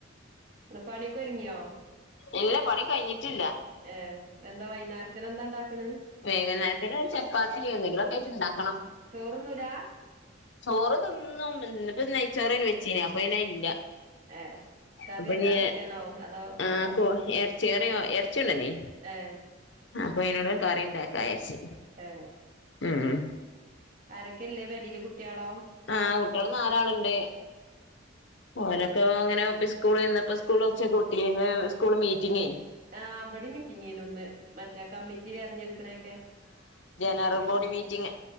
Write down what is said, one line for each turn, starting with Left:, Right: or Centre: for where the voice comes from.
Right: ഇന്ന് പണിക്ക് ഒരുങ്ങിയോ
Left: ഇല്ല പണി കഴിഞ്ഞിട്ടില്ല
Right: ഏഹ് എന്താ വൈകുന്നേരത്തിന് എന്താ ഉണ്ടാക്കണ്
Left: വൈകുന്നേരത്തിന് ചപ്പാത്തിയോ എന്തെങ്കിലുമായിട്ട് ഒക്കെ ആയിട്ട് ഉണ്ടാക്കണം
Right: ചോറുണ്ണു ലാ
Left: ചോറ് തിന്നും ഇന്നിപ്പ നെയ്ച്ചോറന് വെച്ചീ നിഅപ്പൊ ഇനി ഇല്ല
Right: ഏ കറി
Left: അപ്പൊ
Right: എന്താ
Left: <unintelligible>
Right: ചിക്കനോ അതോ ബീഫോ
Left: ആ കൊ ഇറച്ചി കറിയോ ഇറച്ചികൊണ്ട് വന്നീനീ
Right: ഏ
Left: അപ്പൊ അതിനോട് കറി ഉണ്ടാക്കാ വിചാരിച്ചു
Right: ആഹ്
Left: ഉം <unintelligible>
Right: ആരൊക്കെല്ലേപെരയില് കുട്ടിയോളോ
Left: ആഹ്കുട്ടിയോള്നാലാളുണ്ട് ഓനൊക്കെ അങ്ങനെ സ്കൂള് ഇന്നപ്പോ സ്കൂള വെച്ച കുട്ടീ സ്കൂ മീറ്റിംഗ്ആയി
Right: ആ ബടി മീറ്റിങ്ങേനുന്ന് മറ്റേ കമ്മിറ്റി തെരഞ്ഞെടുക്കണൊക്കെ
Left: നറൽ ബോഡി മീറ്റിംങ്ങ്